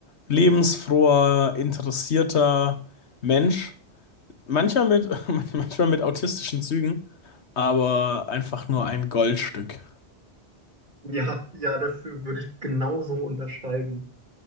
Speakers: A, on the left (about 85°); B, on the right (about 45°).
A: lebensfroher, interessierter Mensch. Manchmal mit, <laughs> manchmal mit autistischen Zügen, aber einfach nur ein Goldstück.
B: ja, ja, das würde ich genauso unterschreiben.